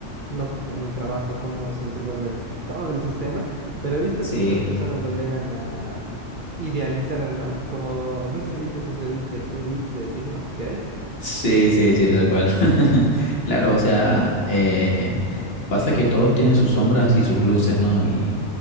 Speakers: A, on the right (about 50°); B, on the left (about 55°).
A: loco en el trabajo, cómo se desenvuelve el- todo el sistema, pero he visto
B: Sí,
A: que muchas personas lo llegan a idealizar al man, como no sé si viste esos edit de- edits de Sigmas que hay.
B: Sí, sí, sí, tal cual. <laughs> Claro, o sea, eh, pasa que todos tienen sus sombras y sus luces, ¿no? Y,